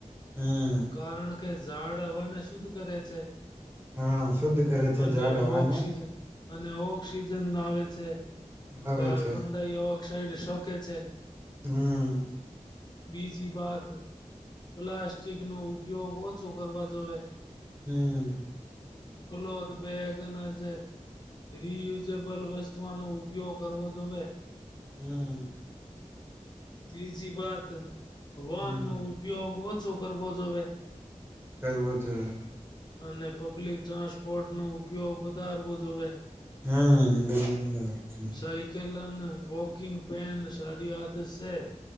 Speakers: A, on the right; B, on the left.
A: હમ
B: કારણ કે ઝાડ હવાને શુદ્ કરે છે.
A: હા શુદ્ધ કરે છે
B: અને
A: ઝાડ હવાને.
B: ઓક્સિજન અને ઓક્સિજન નાવે છે.
A: આવે
B: કાર્બન
A: છે
B: ડાયઓક્ શરીર શોકે છે.
A: હમ્મ.
B: બીજી વાત પ્લાસ્ટિક નો ઉપયોગ ઓછો કરવો જોએ.
A: હમ્મ.
B: ક્લોથ બેગન જે રિયુઝેબલ વસ્તુઓનો ઉપયોગ કરવો જોવે.
A: હમ્મ.
B: ત્રીજી વાત વન
A: હમ
B: નો ઉપયોગ ઓછો કરવો જોવે.
A: કરવો જોઈએ.
B: અને પબ્લિક ટ્રાન્સપોર્ટ નો ઉપયોગ વધારવો જોવે.
A: હમ્મ <unintelligible>
B: સાયકલ અને વોકિંગ પેન સારી આદત સે.